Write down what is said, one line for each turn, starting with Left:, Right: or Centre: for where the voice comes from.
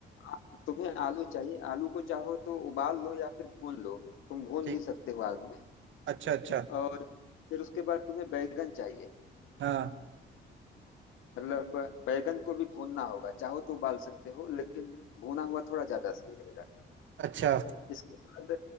Left: आ- तुम्हें आलू चाहिए आलू को चाहो तो उबाल लो या फिर भून लो तुम भून
Right: ठीक
Left: भी सकते हो आग में
Right: अच्छा अच्छा
Left: और फिर उसके बाद तुम्हें बैगन चाहिए
Right: हाँ
Left: मतलब बैगन को भी भूनना होगा चाहो तो उबाल सकते हो लेकिन भुना हुआ थोड़ा ज्यादा सही रहेगा
Right: अच्छा
Left: इसके बाद